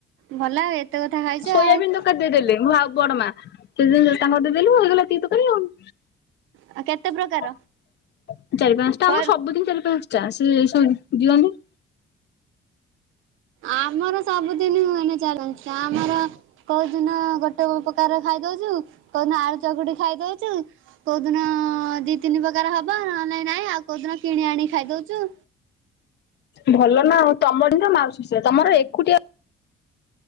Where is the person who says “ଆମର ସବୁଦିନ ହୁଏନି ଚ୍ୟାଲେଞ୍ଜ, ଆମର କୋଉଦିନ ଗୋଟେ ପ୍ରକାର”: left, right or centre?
Right